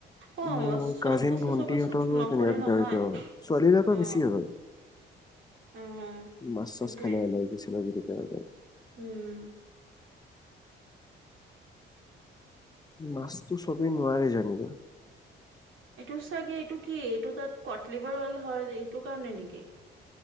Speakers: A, on the right; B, on the left.
A: অ
B: মোৰ
A: মই চব
B: কাজিন
A: বস্তু
B: ভন্টিহঁতৰো
A: চবে চুট নকৰে
B: তেনেকা কেতিয়াবা
A: নহয়
B: কেতিয়াবা হয়। ছোৱালীবিলাকৰ
A: অ
B: বেছি হয়।
A: অ
B: মাছ চাছ
A: সেইটোৱে
B: খালে এলাৰ্জি চেলাৰ্জি কেতিয়াবা কেতিয়াবা।
A: উম।
B: মাছটো চবেই নোৱাৰে যেনিবা।
A: এইটো চাগে এইটো কি এইটো তাত কটলিভাৰ অল হয় এইটো কাৰণে নেকি।